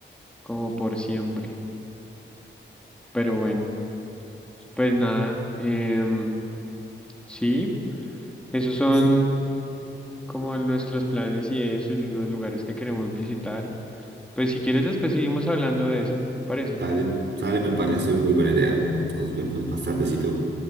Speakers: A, in the centre; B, on the right.
A: como por siempre. Pero bueno, pues nada, em, sí, esos son
B: Sí,
A: como nuestros planes y eso, y los lugares que queremos visitar. Pues si quieres después seguimos hablando de eso, ¿te parece?
B: dale, dale, me parece muy buena idea. Nos vemos más tardecito.